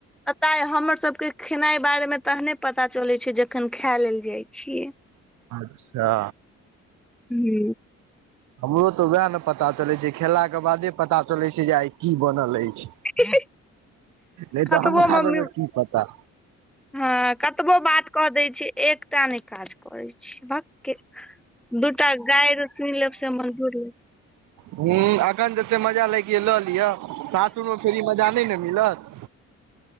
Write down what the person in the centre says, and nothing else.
पता अछि एतय हमर सबके खेनाय के बारे मे तखने पता चलै छै जखन खाय लेल जाय छियै।
हू।
ह
कतबो
मम्मी
हँ कतबो बात कऽ दै छी, एकटा नहि काज करैत छी भक। दूटा गारि सुनि लेब से मंजूर।